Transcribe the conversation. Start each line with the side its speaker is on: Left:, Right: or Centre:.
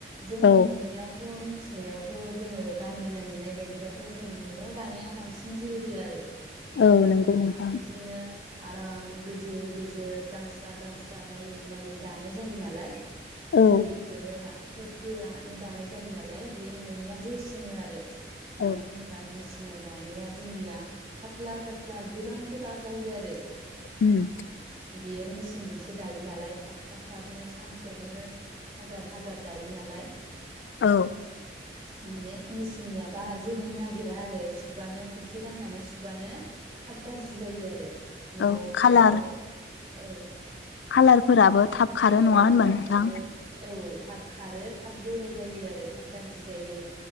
Right: जोंनि
Left: औ
Right: ननियाव थ मिथिनायावथ जोङो गानबोनो मोननाय बायदिबाथ जों नआव दानाया बांसिन जोरो आरो मानोना
Left: औ नंगौ
Right: जों
Left: नोंथां
Right: आखाइजोंनो आराम गोजो गोजो दांस्रा दांस्रा नायै नायै दानाय जायो नालाय। गोजो
Left: औ
Right: गोजोनो रा फोद गोरानो दानाय जायो नालाय बे ननिया जोरसिनो आरो। मानो
Left: औ
Right: होनबा मेसि नाव दानाया जोंनिया फाटला फाटला गोबा गोबा बा जायो आरो
Left: उम
Right: बियो मेसिनजों नालाय थाब थाब थाबनो सानसेयावनो हाजार हाजार दायो नालाय
Left: औ
Right: बियो मेसिननिया बारा जोरनो नागिरा आरो सुबानो खोनसे गाननानै सुबानो थाब गाज्रि जायो आरो नआवथ
Left: औ खालार
Right: जोङो औ।
Left: खालारफोराबो थाब खारो
Right: औ
Left: नङा होनबा
Right: खालारफ्राबो
Left: नोंथां।
Right: औ थाब खारो थाब बोराइ जायो आरो थाब गाज्रि जायो।